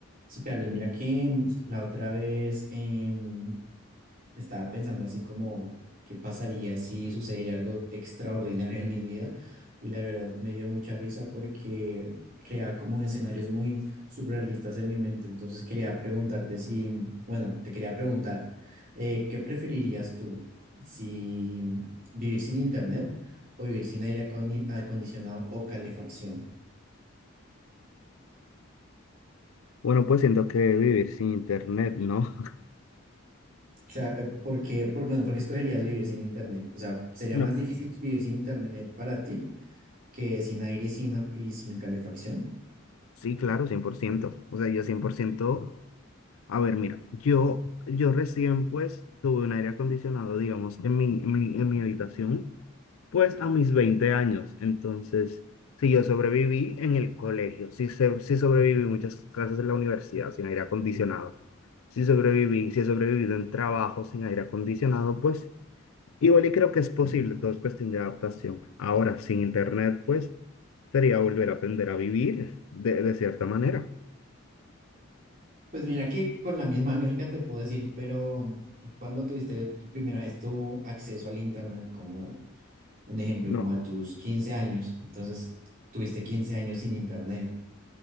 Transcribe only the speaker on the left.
Bueno, pues siento que vivir sin internet, ¿no? <laughs>
No.
Sí, claro, cien por ciento O sea, yo cien por ciento A ver, mira, yo, yo recién pues tuve un aire acondicionado, digamos, en mi, en mi, en mi habitación, pues a mis 20 años. Entonces, si yo sobreviví en el colegio, si, se, si sobreviví muchas clases en la universidad sin aire acondicionado, si sobreviví, si he sobrevivido en trabajo sin aire acondicionado, pues Igual y creo que es posible, todo es cuestión de adaptación. Ahora, sin internet, pues sería volver a aprender a vivir de, de cierta manera.
No,